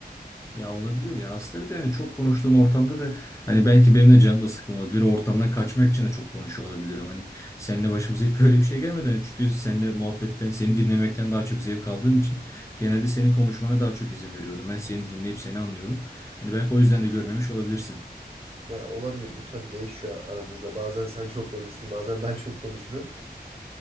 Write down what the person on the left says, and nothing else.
Ya olabilir ya. Aslında bir de hani çok konuştuğum ortamda da hani belki benim de canım da sıkkın olabilir. O ortamdan kaçmak için de çok konuşuyor olabilirim. Hani seninle başımıza hiç böyle bir şey gelmedi. Hani çünkü seninle muhabbetten, seni dinlemekten daha çok zevk aldığım için genelde senin konuşmana daha çok izin veriyorum. Ben seni dinleyip seni anlıyorum. Hani belki o yüzden de görmemiş olabilirsin.